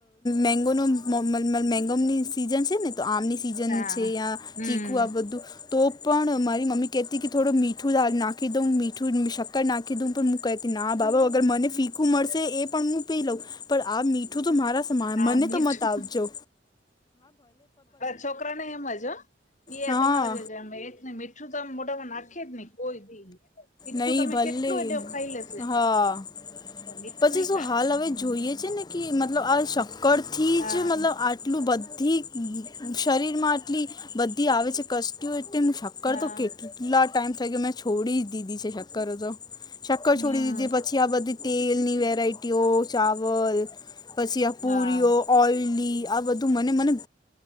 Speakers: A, on the left; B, on the left.
A: મેગો ન મેગોની સિઝન છે ને તો આમની સીઝન
B: હા
A: છે યા
B: હમ
A: ચીકું આ બધું તો પણ મારી મમ્મી કહેતી કે થોડું મીઠું દ નાખી દઉં મીઠું શક્કર નાખી દઉં પણ કતી ના બાબા અગર મને ફીખું મળશે એ પણ હું પે લઉં પણ આ મીઠું તો મારા મને
B: આ મીઠું
A: તો મત આવજો.
B: છોકરાને એમજ
A: હા
B: એ તમારે શું તો આમ મોટામાં નાખે જ નહી કોઈ દી. તીખું
A: નહી
B: તમે
A: ભલે
B: કેટલું એડો ખાઈ લેશે
A: હહહ.
B: પણ મીઠું
A: પછી
B: નહી
A: શું
B: ખાય
A: હાલ હવે જોઈએ છે ને કે મતલબ આ શક્કર થી
B: હા
A: જ મતલબ આટલું બધી આટલી બધી આવે છે તેમ શક શક્કર
B: હા
A: તો કેટલા ટાઈમ થઈ ગયો મેં છોડી જ દીધી છે શક્કર તો. શક્કર
B: હમ
A: છોડી દીધે પછી આ બધી તેલની વેરાયટીઓ ચાવલ આ પુરીઓ
B: હા
A: ઓઈલી આ બધું મને મને